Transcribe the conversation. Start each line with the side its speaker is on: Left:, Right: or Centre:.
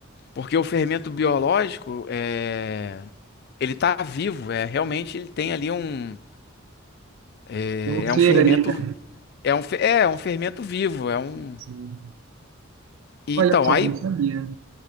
Left: Porque o fermento biológico é ele está vivo, é realmente ele tem ali um é
Right: Tem Um ser
Left: é um fermento
Right: ali, né?
Left: é um fe- é é um fermento vivo, é um
Right: Sim.
Left: e
Right: Olha
Left: então
Right: só,
Left: aí
Right: não sabia.